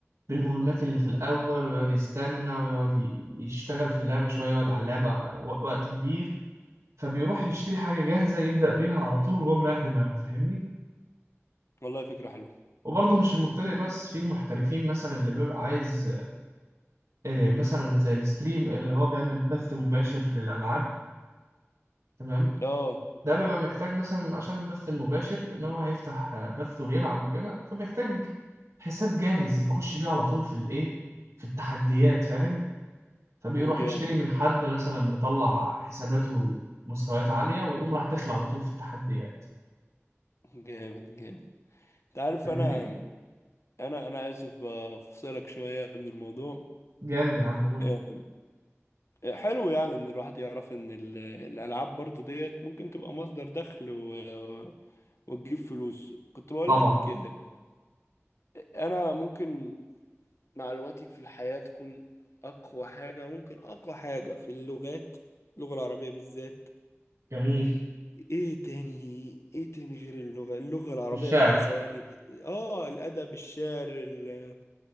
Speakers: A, on the right (about 85°); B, on the left (about 65°).
A: بالمهمات اللي في الأول ويقعد يستنى ويقعد ي- يشتغل في اللعبة شوية يقعد على اللعبة و- وقت كبير فبيروح يشتري حاجة جاهزة يبدأ بيها على طول وهو مريح دماغه فاهمني
B: والله فكرة حلوة
A: وبرضه مش المبتدئ بس في المحترفين مثلا اللي بيبقى عايز آه، مثلا زي الستريم اللي هو بيعمل بث مباشر للألعاب تمام
B: اه
A: ده بيبقى محتاج مثلا عشان البث المباشر ان هو هيفتح آه، بث ويلعب وكده فبيحتاج حساب جاهز يخش بيه على طول في الايه في التحديات فاهم فبيروح
B: جامد
A: يشتري من حد مثلا مطلع حساباته مستويات عالية ويقوم راح داخل على طول في التحديات
B: جامد جامد انت عارف
A: فاهمني
B: انا انا انا اسف بفصلك شوية من الموضوع
A: جامد يا عم قول
B: آه، حلو يعني ان الواحد يعرف ان ال- الالعاب برضو ديت ممكن تبقى مصدر دخل و... وتجيب فلوس كنت بقول
A: طبعا
B: لك انا ممكن معلوماتي في الحياة تكون اقوى حاجة ممكن اقوى حاجة في اللغات اللغة العربية بالذات
A: جميل
B: ايه تاني ايه تاني غير اللغة اللغة العربية
A: الشعر
B: بقى سواء اه الادب الشعر ال-